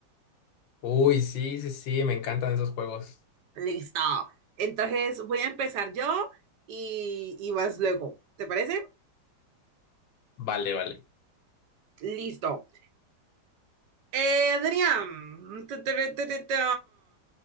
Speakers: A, on the left (about 85°); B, on the right (about 70°).
A: Uy, sí, sí, sí, me encantan esos juegos.
B: Listo. Entonces voy a empezar yo y, y vas luego. ¿Te parece?
A: Vale, vale.
B: Listo. Eh, Adrián, tu, tu, tu, tu, tu, tu.